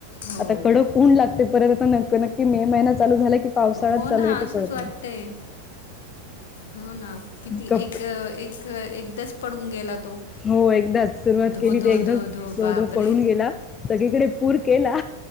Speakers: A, on the left; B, on the left.
A: हो
B: आता कड कोण लागते परत आता नक् नक्की मे महिना चालू झाला की पा काळात
A: हो
B: चालू
A: ना
B: आहे
A: असंच
B: ते कळत
A: वाटतंय.
B: नाही.
A: हो ना किती
B: कप
A: एक एकदाच पडून गेला. तो.
B: हो एकदाच सुरुवात
A: धो
B: केली
A: धो
B: ते एकदाच
A: धो धो बापरे
B: दो दो पडून गेला. सगळीकडे पूर केला.